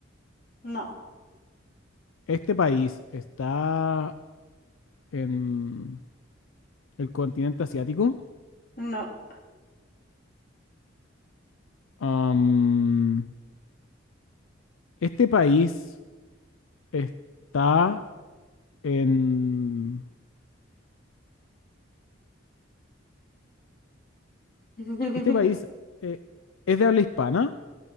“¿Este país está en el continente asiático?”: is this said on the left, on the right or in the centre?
Left